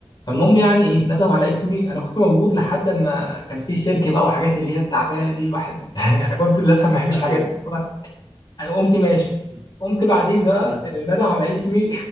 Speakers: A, on the left; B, on the right.
A: فالمهم يعني ايه
B: مم.
A: ندهوا على اسمي انا كنت موجود لحد ما كان في سيرك بقى وحاجات اللي هي التعبانه دي الواحد <laughs> انا كنت للاسف ما بحبش
B: أيوه
A: الحاجات دي أنا قمت ماشي
B: مم.
A: قمت بعدين بقى
B: مم.
A: آه، نده على اسمي